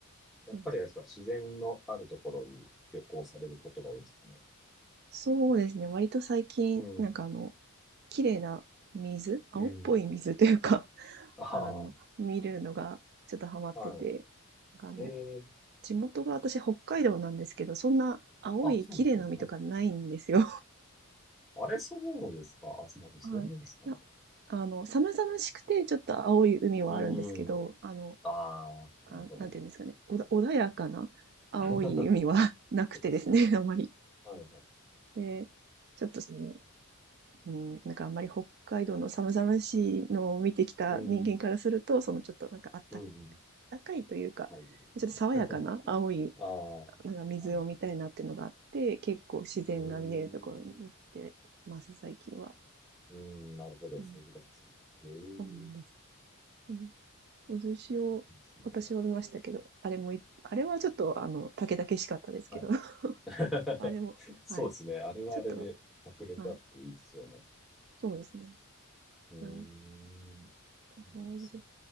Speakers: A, in the centre; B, on the right.
A: やっぱりあれですか、
B: そうです
A: 自然のあるところに旅行されることが多いですかね。
B: そうですね。割と最近、
A: うん、
B: なんかあの、綺麗な水、青っぽい水というか、
A: うん。
B: <laughs>
A: ああ、
B: あの、見るのがちょっとハマってて、
A: は
B: なんかあの、
A: い。ええ
B: 地元が私北海道なんですけど、そんな青い綺麗な海とかないんですよ。
A: あ、そうなんですね。はい、あれ、そうですか。あ、そうなんです。
B: <laughs> はい。
A: そうなんですかね。
B: いやあの、寒々しくてちょっと青い海はあるんですけど、
A: うん。
B: あの、
A: ああ、
B: あ、
A: なるほど。
B: なんていうんですかね、おだ穏やかな青い海は
A: <laughs> そっか
B: <laughs> なくてですね、
A: そっかそっか。
B: <laughs> あんまり。
A: はいはい。
B: で、ちょっとその、うん、なんかあんまり北海道の寒々しいのを見てきた人間からすると、
A: うん。
B: そのちょっとなんかあった、
A: うん、うん。
B: かいというか、
A: はい。
B: ちょっと爽やかな青い、
A: <laughs> ああ、
B: なんか水を見たいなっていうのがあって、
A: はい。
B: 結構自然が見えるところに行ってます、
A: うーん、う
B: 最近は。
A: ーん、なるほど、
B: うん、
A: そういうことなんですね。ええ
B: そうなんです。うん、渦潮、
A: いいですね。
B: 私は見ましたけど、あれもい、あれはちょっと、あの、竹々しかったですけど、
A: はい。
B: <laughs>
A: <laughs>
B: あれも、
A: そうですね。
B: はい。
A: あれはあれで迫力あっていいですよね。
B: ちょっと、はい、そうですね。
A: うーん、
B: いや、なんか
A: そうなんですね。
B: 淡路島、